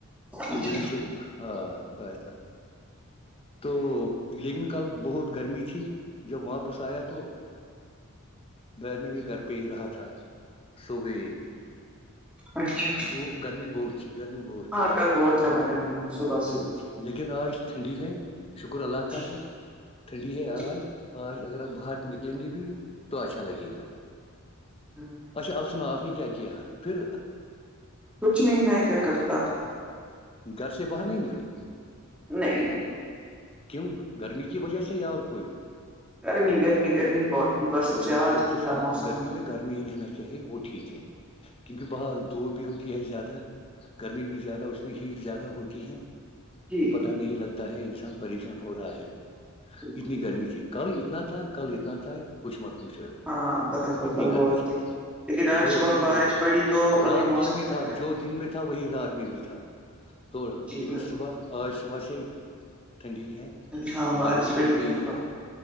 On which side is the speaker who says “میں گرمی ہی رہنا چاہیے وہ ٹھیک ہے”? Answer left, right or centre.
Left